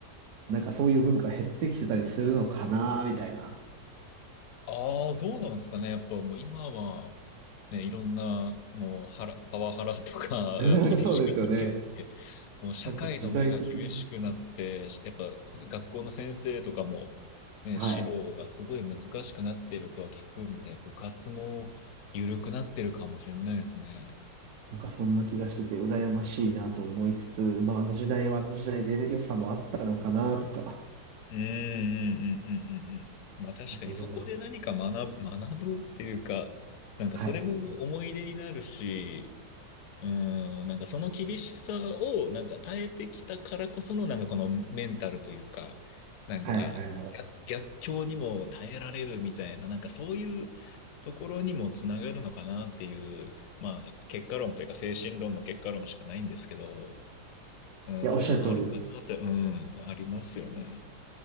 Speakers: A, on the right; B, on the left.
A: なんかそういう文化減ってきてたりするのかな、みたいな。
B: ああ、どうなんですかね。やっぱもう今は、ね、いろんな、もう、ハラ、パワハラとか
A: <laughs>
B: <laughs> が厳しくなっていて、
A: そうですよね。
B: もう社会の目が厳しくなって、
A: なんか時代的に。
B: やっぱ学校の先生とかも、ね、
A: はい。
B: 指導がすごい難しくなっているとは聞くんで、部活も緩くなってるかもしれないですね。
A: なんかそんな気がしてて、羨ましいなと思いつつ、まああの時代はあの時代で良さもあったのかなとか、
B: うん、うん、うん、うん、うん。うんまあ確かにそこで何か学ぶ、
A: なんかいろいろ。
B: 学ぶっていうか、なんかそれも思い出になるし、
A: はい。
B: うん、なんかその厳しさをなんか耐えてきたからこそのなんかこのメンタルというか、なんか逆、
A: はいはいはい。い
B: 逆境にも耐えられるみたいな、なんかそういうところにもつながるのかなっていう、まあ結果論というか精神論の結果論しかないんですけど、うん、
A: や、
B: そういうのもあるかなって、
A: おっしゃる通りですね。
B: うん、ありますよね。